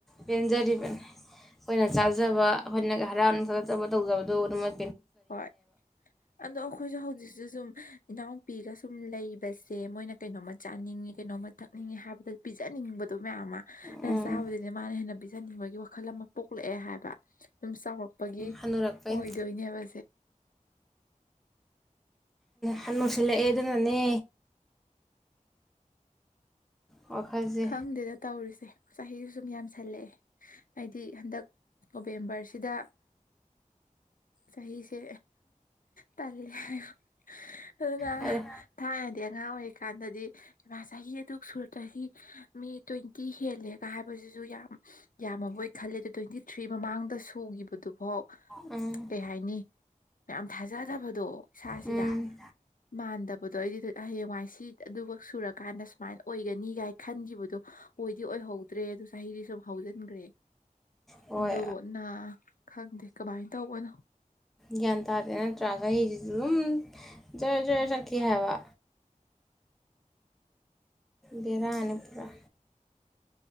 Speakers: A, in the centre; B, on the left.
A: ꯄꯦꯟꯖꯔꯤꯕꯅꯤ ꯑꯩꯈꯣꯏꯅ ꯆꯥꯖꯕ ꯑꯩꯈꯣꯏꯅꯒ ꯍꯔꯥꯎꯅꯒ ꯆꯠꯆꯕ ꯇꯧꯖꯗꯣ ꯑꯗꯨ ꯃꯣꯏ
B: ꯍꯣꯏ ꯑꯗꯣ ꯑꯩꯈꯣꯏꯁꯨ ꯍꯧꯖꯤꯛꯁꯨ ꯁꯨꯝ ꯏꯅꯥꯎꯄꯤꯒ ꯁꯨꯝ ꯂꯩꯕꯁꯦ ꯃꯣꯏꯅ ꯀꯩꯅꯣꯝꯃ ꯆꯥꯅꯤꯡꯉꯤ ꯀꯩꯅꯣꯝꯃ ꯊꯛꯅꯤꯡꯉꯤ ꯍꯥꯏꯕꯗ ꯄꯤꯖꯅꯤꯡꯕꯗꯣ ꯃꯌꯥꯝ ꯑꯃ ꯑꯩꯅ
A: ꯎꯝ
B: ꯆꯥꯕꯕꯨꯗꯤ ꯃꯥꯅ ꯍꯦꯟꯅ ꯄꯤꯖꯅꯤꯡꯕꯒꯤ ꯋꯥꯈꯜ ꯑꯃ ꯄꯣꯛ ꯄꯣꯛꯂꯛꯑꯦ ꯍꯥꯏꯕ ꯁꯨꯝ ꯆꯥꯎꯔꯛꯄꯒꯤ
A: ꯍꯟꯅꯨꯔꯛꯄꯩꯅꯤ
B: ꯑꯣꯏꯗꯣꯏꯅꯦꯕ
A: ꯍꯅꯨꯁꯤꯜꯂꯛꯑꯦ ꯑꯗꯨꯅꯅꯦ ꯋꯥꯈꯜꯁꯦ
B: ꯈꯪꯗꯦꯗ ꯇꯩꯔꯤꯁꯦ ꯆꯍꯤꯁꯨ ꯁꯨꯝ ꯌꯥꯝꯁꯜꯂꯛꯑꯦ ꯍꯥꯏꯗꯤ ꯍꯟꯗꯛ ꯅꯣꯕꯦꯝꯕꯔꯁꯤꯗ ꯆꯍꯤꯁꯦ ꯇꯔꯦ <unintelligible> ꯑꯗꯨꯅ
A: ꯍꯥꯏꯔꯦ
B: ꯊꯥꯏꯅꯗꯤ ꯑꯉꯥꯡ ꯑꯣꯏꯔꯤꯀꯥꯟꯗꯗꯤ ꯃꯥ ꯆꯍꯤ ꯑꯗꯨ ꯁꯨꯔꯇ꯭ꯔꯁꯤ ꯃꯤ ꯇ꯭ꯋꯦꯟꯇꯤ ꯍꯦꯜꯂꯦꯒ ꯍꯥꯏꯕꯁꯤꯁꯨ ꯌꯥꯝ ꯌꯥꯃꯕꯣꯏ ꯈꯜꯂꯦꯗ ꯇꯣꯏꯗꯤ ꯊ꯭ꯔꯤ ꯃꯃꯥꯡꯗ ꯁꯨꯈꯤꯕꯗꯨꯐꯥꯎ
A: ꯎꯝ
B: ꯀꯩ ꯍꯥꯏꯅꯤ ꯌꯥꯝ ꯊꯥꯖꯗꯕꯗꯣ ꯏꯁꯥꯁꯤꯗ
A: ꯎꯝ
B: ꯃꯥꯟꯗ ꯑꯕꯗꯣ ꯑꯩꯗꯤ ꯍꯌꯦꯡꯋꯥꯏ ꯁꯤ ꯑꯗꯨꯈꯛ ꯁꯨꯔꯀꯥꯟꯗ ꯁꯨꯃꯥꯏꯅ ꯑꯣꯏꯒꯅꯤꯒꯥꯏ ꯈꯟꯈꯤꯕꯗꯣ ꯑꯣꯏꯗꯤ ꯑꯣꯏꯍꯧꯗ꯭ꯔꯦ ꯑꯗꯨ ꯆꯍꯤꯗꯤ ꯁꯨꯝ ꯍꯧꯖꯤꯟꯈ꯭ꯔꯦ
A: ꯍꯣꯏ
B: ꯑꯗꯣ ꯅ ꯈꯪꯗꯦ ꯀꯃꯥꯏꯅ ꯇꯧꯕꯅꯣ
A: ꯒ꯭ꯌꯥꯟ ꯇꯥꯗꯦ ꯅꯠꯇ꯭ꯔꯥꯒ ꯆꯍꯤꯁꯤꯁꯨ ꯑꯗꯨꯝ ꯖꯔ ꯖꯔ ꯆꯠꯀꯦ ꯍꯥꯏꯕ ꯕꯔꯥ ꯑꯅꯤ ꯄꯨꯔꯥ